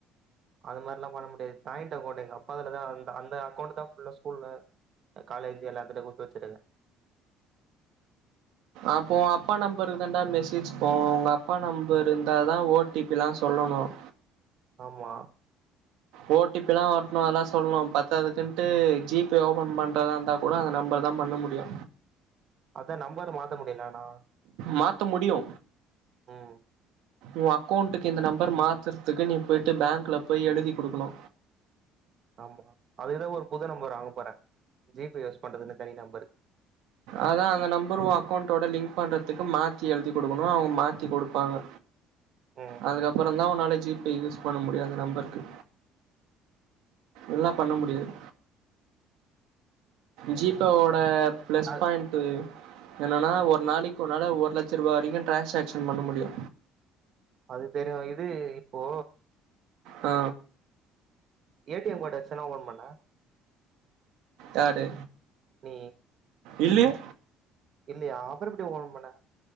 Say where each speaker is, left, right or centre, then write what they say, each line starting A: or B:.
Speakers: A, on the right; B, on the right.
A: அது மாரிலா பண்ண முடியாது ஜாயிண்ட் அக்கௌண்ட் எங்க அப்பா அதுல தா அந்த அந்த அக்கௌண்ட் தா ஸ்கூல்ல காலேஜ் எல்லார்கிட்ட குடுத்து வச்சிருக்கன்
B: அப்போ ஒ அப்பா நம்பர்க்கு தண்டா மெசேஜ் போவோம் உங்க அப்பா நம்பர் இருந்தா தா ஓ டி பில்லா சொல்லனும்
A: ஆமா
B: ஓ டி பி லா ஒட்னு அதல்லா சொல்னு பத்தாதுக்குன்ட்டு ஜி பே ஓபன் பண்றதா இருந்தா கூட அந்த நம்பர் தா பண்ண முடியு
A: அதா நம்பர் மாத்த முடிலண்ணா
B: மாத்த முடியு
A: ம்
B: உ அக்கௌண்ட்டுக்கு இந்த நம்பர் மாத்துறதுக்கு நீ போயி்ட்டு பேங்க்ல போய் எழுதி குடுக்கனு
A: ஆமா அதுக்குதா ஒரு புது நம்பர் வாங்க போறே ஜி பே யூஸ் பண்றதுனு தனி நம்பரு
B: அதா அந்த நம்பரு உ அக்கௌண்டோட லிங்க் பண்றதுக்கு மாத்தி எழுதி குடுக்கனு அவுங்க மாத்தி குடுப்பாங்க
A: ம்
B: அதுக்கப்பறொந் தா ஒன்னால ஜி பே யூஸ் பண்ண முடியு அந்த நம்பருக்கு இல்னா பண்ண முடியாது ஜீ பே ஓட ப்ளஸ்
A: அது
B: பாய்ன்ட்டு என்னனா ஒரு நாளைக் உன்னால ஒரு லட்சருவா வரைக்கு ட்ரான்சாக்ஷன் பண்ண முடியு
A: அது தெரியு இது இப்போ
B: ஆ
A: ஏ டி எம் கார்டு வெச்சான ஓபன் பண்ண
B: யாரு
A: நீ
B: இல்லயே
A: இல்லயா அப்ற எப்டி ஓபன் பண்ண